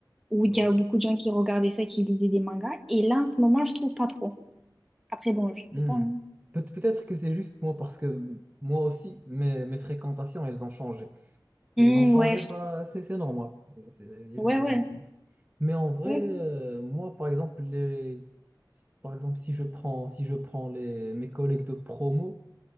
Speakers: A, in the centre; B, on the right (about 20°).
A: où il
B: Oui.
A: y a beaucoup de gens qui regardaient ça, qui lisaient des mangas. Et là, en ce moment, je trouve pas trop. Après, bon, je
B: Hmm.
A: sais pas. hein.
B: Peut- peut-être que c'est juste moi parce que moi aussi, mes, mes fréquentations, elles ont changé. Elles
A: Hmm,
B: ont changé,
A: ouais, je-
B: pas c'est c'est normal. Euh, c'est- Elles,
A: ouais,
B: elles
A: ouais,
B: ont changé. Mais en vrai,
A: ouais,
B: euh, moi, par exemple, les, si- par exemple, si je prends, si je prends les, mes collègues de promo,